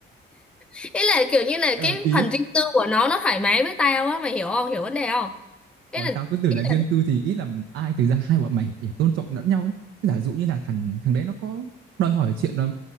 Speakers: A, in the centre; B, on the right (about 75°).
A: ý là kiểu như là
B: Ờ
A: cái
B: ý
A: phần riêng tư của nó nó thoải mái với tao á mày hiểu không hiểu vấn đề không ý
B: Ồ,
A: là
B: tao cứ tưởng
A: ý
B: là riêng
A: là
B: tư thì ít làm ai thực ra hai bọn mày phải tôn trọng lẫn nhau ấy. Giả dụ như là thằng thằng đấy nó có đòi hỏi chuyện là